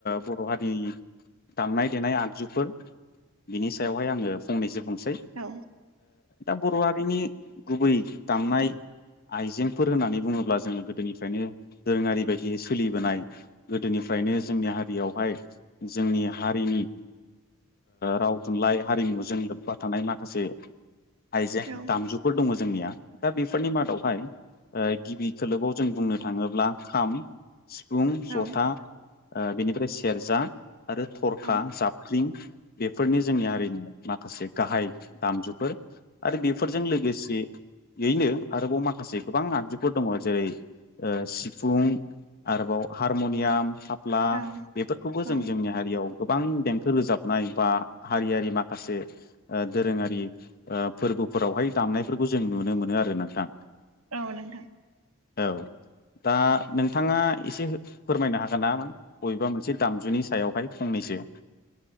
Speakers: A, on the left; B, on the right.
A: बर'हारि दामनाय देनाय आगजुफोर बिनि सायावहाय आङो फंनैसो बुं सै
B: औ
A: दा बर' हारिनि गुबै दामनाय आइजेंफोर होननानै बुङोब्ला जोङो गोदोनिफ्रायनो दोरोङारि बायदियै सोलिबोनाय गोदोनिफ्रायनो जोंनि हारियावहाय जोंनि हारिनि राव थुनलाइ हारिमुजों लोब्बा थानाय माखासे हइजें
B: औ
A: दामजुफोर दङ जोंनिया दा बेफोरनि मादावहाय गिबि खोलोबाव जों बुंनो थाङोब्ला खाम सिफुं
B: औ
A: जथा बेनिफ्राय सेरजा आरो थरखा
B: औ
A: जाबफ्रिं बेफोरनि जोंनि हारिनिमोन। माखासे गाहाय दामजुफोर आरो बेफोरजों लोगोसे बेैनो आरोबाव माखासे गोबां आइजफोर दङ जेरै सिफुं आरोबाव हारम'नियाम थाफ्ला
B: औ
A: बेफोरखौबो
B: औ
A: जों जोंनि हारियाव गोबां देंखो रोजाबनाय बा हारियारि माखासे दोरोङारि फोर्बो लोगोफोरावहाय दामनायफोरखौ जों नुनो मोनो आरो नोंथां।
B: औ नोंथां।
A: औ दा नोंथाङा एसे फोरमायनो हागोना बबेबा मोनसे दामजुनि सायावहाय फंनैसो <inaudible>